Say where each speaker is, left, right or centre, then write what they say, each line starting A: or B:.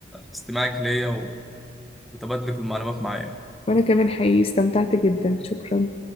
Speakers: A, in the centre; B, on the left.
A: استماعك ليا وتبادلك المعلومات معايا
B: وانا كمان حقيقي استمتعت جدا شكرا